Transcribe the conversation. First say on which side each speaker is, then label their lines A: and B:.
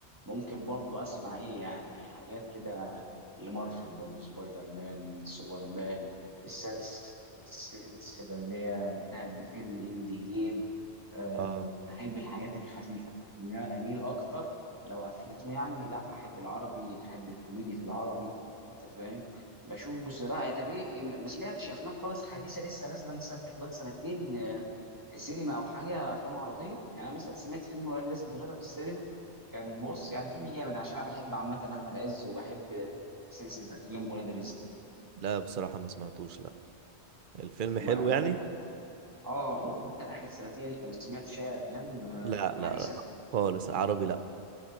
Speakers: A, on the right (about 15°); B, on the right (about 55°).
A: ممكن برضو أسمع إيه يعني حاجات كده لمارفل برضو سبايدر مان سوبر مان السلس- السلسلة اللي هي انتهت بفيلم إندي جيم آه،
B: اه
A: أحب الحاجات الخفيفة إن أنا أميل أكتر لو أفلام يعني لا أحب العربي أحب الكوميدي في العربي أنت فاهم بشوف بصراحة طب إيه إيه، ما سمعتش أفلام خالص حديثة لسه نازلة مثلا في خلال سنتين في سينما او حاجه افلام عربيه يعني انا مثلا سمعت فيلم ولاد رزق ثلاثه في السينما كان بص يعني فيلم جامد عشان انا بحب عامه احمد عز وبحب سلسله افلام ولاد رزق
B: لا بصراحه ما سمعتوش لا الفيلم
A: وما
B: حلو
A: بقول
B: يعني
A: لك اه انت اخر سنتين انت ما سمعتش اي افلام آه،
B: لا لا
A: حديثه
B: لا خالص عربي لا